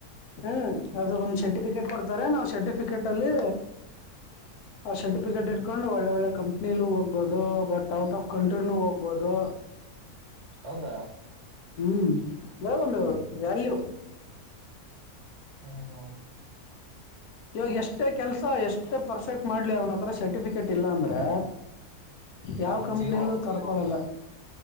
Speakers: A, on the left; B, on the right.
A: ಹ್ಮ ಅದು ಒಂದ್ ಶೆಟಿಫಿಕೆಟ್ ಕೊಡ್ತಾರೆ ನಾವು ಸರ್ಟಿಫಿಕೇಟ್ ಅಲ್ಲಿ ಆ ಸರ್ಟಿಫಿಕೇಟ್ ಇಟ್ಕೊಂಡು ಒಳ್ಳೆ ಒಳ್ಳೆ ಕಂಪನಿ ನೀ ಹೋಗ್ಬಹುದು ಬಟ್ ಔಟ್ ಆಫ್ ಕಂಟ್ರಿನೂ ಹೋಗ್ಬಹದು
B: ಹೌದಾ
A: ಹ್ಮ್ ಯಂದು ವ್ಯಾಲ್ಯು
B: ಹ್ಮ್ ಹ್ಮ್
A: ಇವಾಗ ಎಷ್ಟೇ ಕೆಲ್ಸ ಎಷ್ಟೇ ಪರ್ಫೆಕ್ಟ್ ಮಾಡ್ಲಿ ಅವ್ನತ್ರ ಸರ್ಟಿಫಿಕೇಟ್ ಇಲ್ಲ ಅಂದ್ರೆ ಯಾವ
B: ಅವನ್
A: ಕಂಪನಿಯಲ್ಲೂ
B: ಜೀರೋ
A: ಕರ್ಕೊಳಲ್ಲ